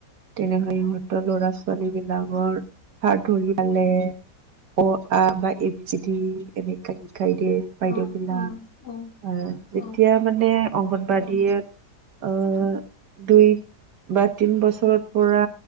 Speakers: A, on the right; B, on the left.
A: তেনেহলে ইহঁতৰ ল'ৰা ছোৱালী বিলাকৰ হাত ধৰি পালে অ আ বা এ বি চি দি এনেক শিকাই দিয়ে বাইদেউ
B: অ',
A: বিলাক
B: অ', অ',
A: আৰু যেতিয়া
B: অ',
A: মানে অংগনবাদী
B: অ',
A: অ দুই বা তিন বছৰত পৰা